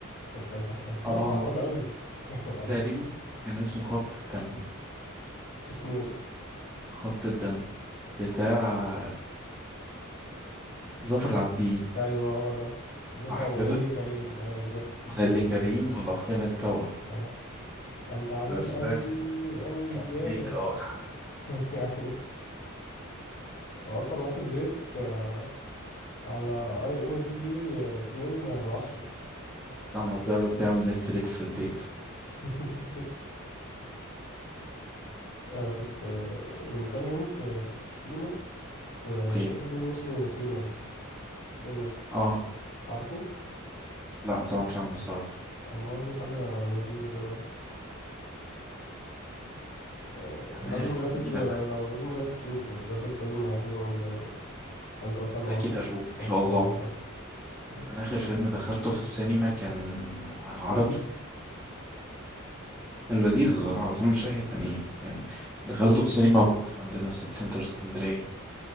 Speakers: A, on the left; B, in the centre.
A: بس كان كان فيلم
B: اه
A: تعبان قوي <laughs> كان يعني
B: تقريبا كان اسمه خط الدم
A: اسمه ايه
B: خط الدم بتاع ظافر العابدين
A: ايوه هو ده مظفر
B: صح
A: أبو-
B: كده
A: ونيلي كريم ايوه بالظبط
B: نيللي
A: نيلي
B: كريم
A: كريم
B: والأخين التوأم
A: اه كان تعبان
B: بس
A: قوي
B: ده
A: قوي
B: كان
A: بزياده
B: فيك اه <laughs>
A: <laughs> يعني واصلا واخد ريت آه، على اي ام دي بي اتنين من عشرة
B: لما تجرب تعمل نتفليكس في البيت
A: <laughs> آه كنت آه من كام يوم في كنت في السينما وشفت
B: اوكي
A: فيلم اسمه سينرز سينرز
B: اه
A: عارفه
B: لا ما سمعتش عنه الصراحة
A: يعني برضه حاجة لذيذة كده آه
B: انا
A: لازم
B: اخر
A: بجد
B: فيلم
A: تشوفه
B: دخل.
A: يعني لو لازم بجد تشوفه بجد الفيلم حلو أوي يعني لو لو أنت أصلا
B: اكيد
A: واقف
B: اشوفه ان
A: واقف
B: شاء الله
A: فاضي أو حاجة بس
B: انا اخر فيلم دخلته في السينما كان عربي كان لذيذ الصراحة بس انا مش فاكر كان ايه يعني دخلته في السينما فوكس عندنا في سيتي سنتر اسكندرية